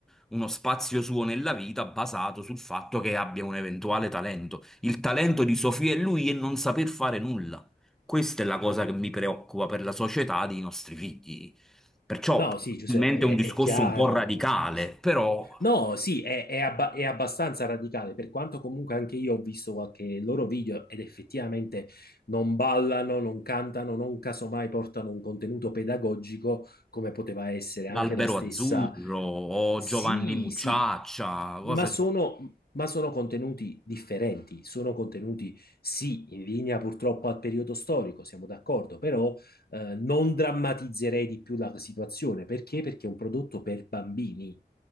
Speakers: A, in the centre; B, on the left (about 60°).
A: uno spazio suo nella vita basato sul fatto che abbia un eventuale talento. Il talento di Sofia e lui è non saper fare nulla. Questa è la cosa che mi preoccupa per la società dei nostri figli. Perciò,
B: No, sì Giuseppe,
A: probabilmente è un discorso
B: è, è chiaro.
A: un po' radicale, però
B: No, sì, è, è abba- è abbastanza radicale, per quanto comunque anche io ho visto qualche loro video ed effettivamente non ballano, non cantano, non casomai portano un contenuto pedagogico come poteva essere anche
A: l'albero
B: la stessa
A: azzurro o
B: sì,
A: Giovanni Mucciaccia,
B: sì,
A: cose...
B: ma sono, ma sono contenuti differenti, sono contenuti, sì, in linea purtroppo al periodo storico, siamo d'accordo, però eh, non drammatizzerei di più la situazione. Perché? Perché è un prodotto per bambini.